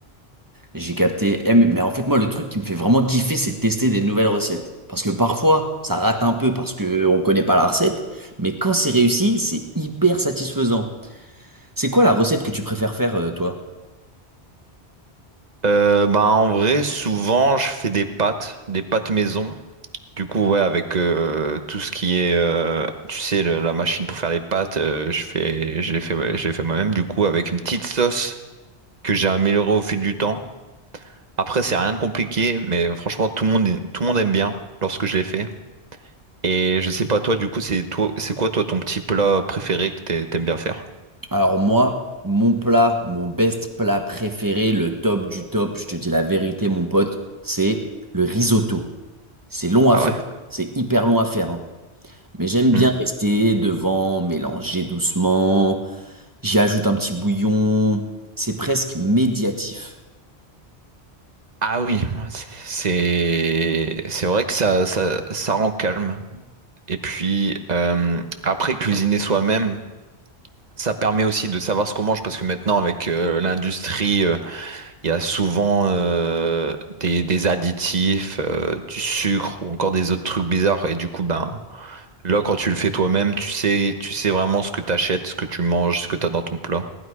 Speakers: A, on the right (about 20°); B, on the right (about 40°).
A: J'ai capté. Eh, mais mais en fait, moi, le truc qui me fait vraiment kiffer, c'est de tester des nouvelles recettes. Parce que parfois, ça rate un peu parce que on connaît pas la recette. Mais quand c'est réussi, c'est hyper satisfaisant. C'est quoi la recette que tu préfères faire, euh, toi?
B: Euh, bah en vrai souvent je fais des pâtes, des pâtes maison. Du coup, ouais, avec euh, tout ce qui est, euh, tu sais, le- la machine pour faire les pâtes, euh, je fais, je l'ai fait, je l'ai fait moi-même, du coup, avec une petite sauce que j'ai améliorée au fil du temps. Après, c'est rien de compliqué, mais franchement, tout le monde, tout le monde aime bien lorsque je l'ai fait. Et je sais pas, toi, du coup, c'est toi, c'est quoi, toi, ton petit plat préféré que t'ai- t'aimes bien faire?
A: Alors moi, mon plat, mon best plat préféré, le top du top, je te dis la vérité, mon pote, c'est le risotto. C'est long à
B: Ah
A: faire.
B: ouais.
A: C'est hyper long à faire. hein. Mais j'aime bien
B: Hmm.
A: rester devant, mélanger doucement. J'y ajoute un petit bouillon. C'est presque médiatif.
B: Ah oui, c'est, c'est c'est vrai que ça, ça, ça rend calme. Et puis, euh, après, cuisiner soi-même, ça permet aussi de savoir ce qu'on mange parce que maintenant, avec euh, l'industrie, euh, il y a souvent euh, des, des additifs, euh, du sucre ou encore des autres trucs bizarres. Et du coup, ben, là, quand tu le fais toi-même, tu sais, tu sais vraiment ce que tu achètes, ce que tu manges, ce que tu as dans ton plat.